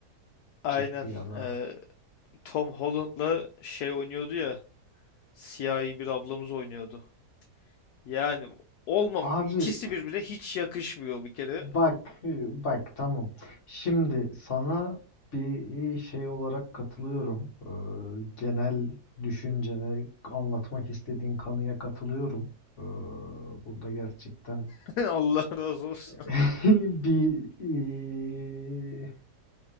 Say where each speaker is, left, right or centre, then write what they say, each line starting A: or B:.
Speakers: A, on the left; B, on the left.
A: Aynen.
B: Çıktı ya da.
A: eee, Tom Holland'la şey oynuyordu ya. Siyahi bir ablamız oynuyordu. Yani olmam.
B: Abi
A: ikisi birbirine hiç yakışmıyor bir kere.
B: bak bak tamam. Şimdi sana bir e, şey olarak katılıyorum. Ee, genel düşüncene anlatmak istediğin kanıya katılıyorum. Ee, burada gerçekten
A: <laughs> Allah razı olsun.
B: <laughs> bir ee,